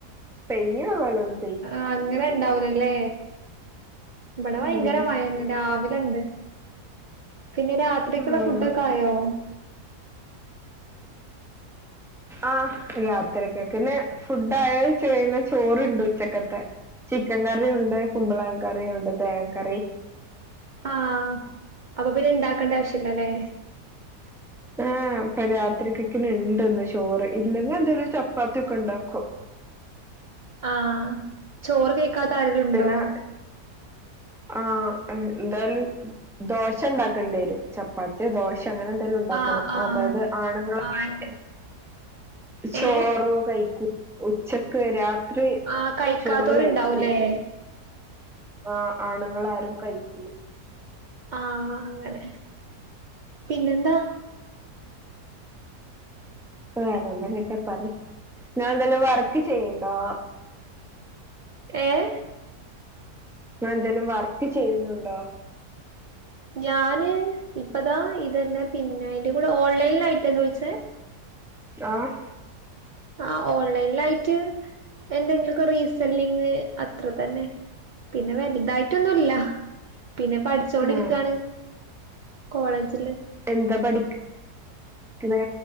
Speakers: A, in the centre; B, on the right.
A: പെയ്യണോ വല്ലതും
B: ആഹ് അങ്ങനെ ഇണ്ടാവുലല്ലേ ഇവിടെ
A: ഉം
B: ഭയങ്കര മഴയന്നെ രാവിലെ ഇണ്ട് പിന്നെ രാത്രിക്കുള്ള
A: ആഹ്
B: ഫുഡൊക്കെ ആയോ
A: ആഹ് രാത്രിയേക്ക്ക്കെന്നെ ഫുഡ്‌ ആയോന്ന് ചോയിന്ന ചോറുണ്ട് ഉച്ചക്കത്തെ ചിക്കൻ കറിയുണ്ട് കുമ്പളങ്ങ കറിയുണ്ട് തേങ്ങാ കറി
B: ആഹ് അപ്പ പിന്നെ ഇണ്ടാക്കണ്ട ആവശ്യല്ലാല്ലേ
A: ആഹ് ഇപ്പോ രാത്രിത്തെക്കിന് ഇണ്ട് ഇന്ന് ചോറ് ഇല്ലെങ്ക് എന്തേലും ചപ്പാത്തി ഒക്കെ ഇണ്ടാക്കും
B: ആഹ് ചോറ് കയിക്കാത്ത ആരേലുണ്ടോ?
A: പിന്നെ ആഹ് എന്തായാലും ദോശ ഇണ്ടാക്കേണ്ടി വരും ചപ്പാ ത്തിയോ ദോശ അങ്ങനെ എന്തെലും ഇണ്ടാക്കണം
B: ആഹ് ആഹ്
A: അതായത് ആണുങ്ങളെ <unintelligible>
B: ആഹ്
A: ചോറു
B: ഏഹ്
A: കയിക്കു ഉച്ചക്ക് ക്ക് രാത്രി
B: ആഹ് കഴിക്കാത്തോരുണ്ടാവൂലേ
A: ചോറ് കഴിക്കൂല. ആഹ് ആണുങ്ങൾ ആരും കഴിക്കൂല.
B: ആഹ് അങ്ങനെ പിന്നെന്താ?
A: വേറെ എന്തെങ്കിലുമെക്കെ പറയ് നിങ്ങള് എന്തേലും വർക്ക് ചെയ്യുണ്ടോ?
B: ഏഹ്
A: നിങ്ങള് എന്തേലും വർക്ക് ചെയ്യുന്നുണ്ടോ?
B: ഞാന് ഇപ്പതാ ഇതന്നെ പിന്നെ അതിന്റെ കൂടെ ഓൺലൈനിലാ യിട്ടാ ചോദിച്ചേ?
A: ആഹ്
B: ആഹ് ഓൺലൈനിലായിട്ട് എന്തെങ്കിലൊക്കെ റീസെല്ലിങ് അത്ര തന്നെ. പിന്നെ വലുതായിട്ടൊന്നുംഇല്ല. പിന്നെ പഠിച്ചോണ്ടിരിക്കയാണ്
A: ആ
B: കോളേജില്.
A: എന്താ പഠിക്ക്ണെ?